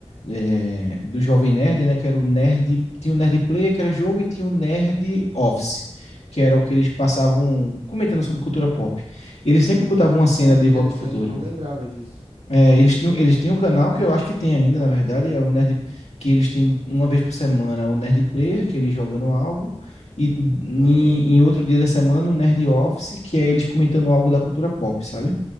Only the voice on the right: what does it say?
Ah, que
interessante,
eu não lembrava disso.
Aham,